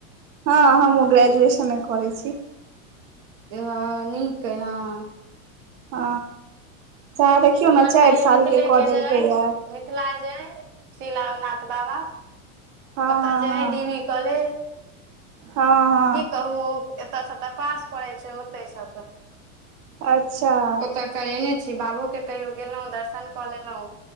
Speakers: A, on the right; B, on the right.
A: हँ हमूँ ग्रेजुएशने करैत छी
B: इह नीक ए हऽ
A: ह च देखियौ
B: हमर
A: ने चारि
B: तऽ ई
A: साल
B: मिथिलेके
A: के कऽ
B: जे
A: देलकै
B: अइ
A: यए
B: मिथिला जे हय शीला नाथ बाबा
A: हँ
B: ओतऽ जे हय डी वी कॉलेज
A: हाँ हाँ
B: की कहू एतय छऽ पास पड़ै छै ओते से तऽ
A: अच्छा आ
B: ओतऽ करेने छी बाबू के कहियो गेलहुँ दर्शन कऽ लेलहुँ